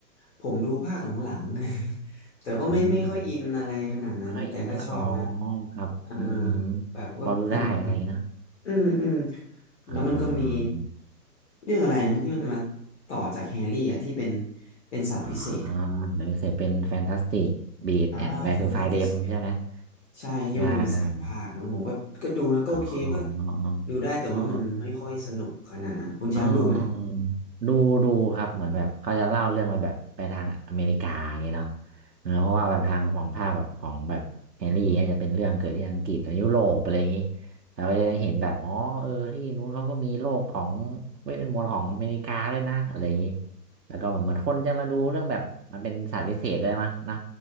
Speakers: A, on the left (about 45°); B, on the right (about 80°).
A: ผมดูภาคหลังๆ <laughs> แต่ก็ไม่ไม่ค่อยอินอะไรขนาดนั้นแต่ก็ชอบนะ
B: ๆอืมอืมไม่ค่อยอินเท่าไหร่อ๋อครับอืม
A: อ่าแบบก็เพลินเพลิน
B: พอดูได้อะไรอย่างงี้เนอะ
A: อืมอืม
B: อ่
A: แล้วมันก็มี
B: า
A: เรื่องอะไรนะที่มันมาต่อจากแฮร์รี่อ่ะที่เป็นเป็นสัตว์วิเศษอะ
B: อ่าหรือเสพเป็นแฟนตาสติกบี a
A: อ่าแฟนตาสติก
B: แอนด์แวร์ทูไฟเดมใช่ไหม
A: ใช่ที่มันมีสามภาคมั้งผมก็ก็ดูนะก็โอเคก็
B: ใช่ อ๋อ
A: ดูได้แต่ว่ามันไม่ค่อยสนุกขนาดนั้นคุณแชมป์ดูไหม
B: อ๋ออ๋อดูดูครับเหมือนแบบเขาจะเล่าเรื่องไปแบบไปทางอเมริกาอย่างเงี้ยเนาะเออเพราะว่าแบบทางของภาคแบบของแบบแฮร์รี่เนี่ยจะเป็นเรื่องเกิดที่อังกฤษหรือยุโรปอะไรอย่างงี้เราก็จะได้เห็นแบบอ๋อเออที่นู้นเขาก็มีโลกของเวทมนต์ของอเมริกาด้วยนะอะไรอย่างงี้แล้วก็เหมือนเหมือนคนจะมาดูเรื่องแบบมันเป็นศาสตร์พิเศษด้วยมั้งนะ